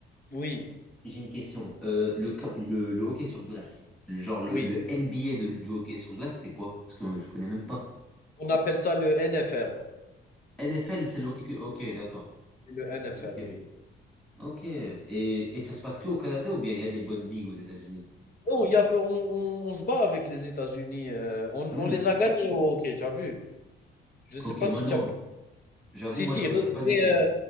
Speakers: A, on the left (about 45°); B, in the centre.
A: oui,
B: j'ai une question. Euh, le, co- le, le hockey sur glace, le- genre le,
A: oui.
B: le NBA de- du hockey sur glace, c'est quoi? Parce que je connais même pas.
A: On appelle ça le NFL.
B: NFL, c'est le hockey. que- Ok, d'accord.
A: C'est le NFL,
B: Ok.
A: oui.
B: Ok. Et, et ça se passe que au Canada ou bien il y a des bonnes ligues aux États-Unis?
A: Non, il y a peu- on, on- on se bat avec les États-Unis. euh, on,
B: Hmm.
A: on les a gagnés au hockey, tu as vu? Je ne sais
B: Ok,
A: pas
B: moi
A: si
B: non.
A: tu as vu.
B: J'avoue,
A: Si,
B: moi
A: si,
B: je regarde
A: re-
B: pas du
A: mais,
B: tout.
A: euh,